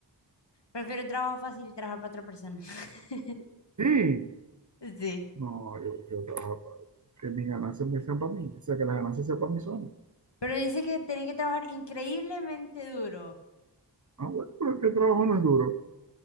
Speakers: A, on the left; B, on the right.
A: Prefiero un trabajo fácil y trabajar para otra persona. <laughs>
B: Sí,
A: Sí.
B: no, yo prefiero trabajar para que mis ganancias me sean para mí, o sea, que las ganancias sean para mí solas.
A: Pero dice que tenés que trabajar increíblemente duro.
B: Ah, bueno, pero es que el trabajo no es duro.